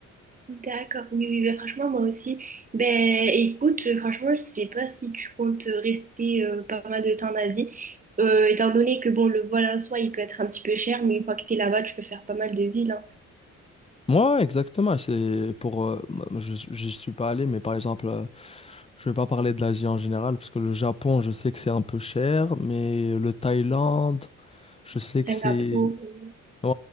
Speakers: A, on the right; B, on the left.
A: D'accord, oui, oui, ben, franchement, moi aussi. Ben, écoute, franchement, je sais pas si tu comptes rester euh, pas mal de temps en Asie, Euh, étant donné que, bon, le vol en soi, il peut être un petit peu cher, mais une fois que t'es là-bas, tu peux faire pas mal de villes, hein.
B: Moi, exactement. C'est pour, euh, moi, je, j'y suis pas allé, mais par exemple, euh, je vais pas parler de l'Asie en général, parce que le Japon, je sais que c'est un peu cher, mais le Thaïlande, je sais
A: Singapour,
B: que c'est,
A: euh,
B: ouais,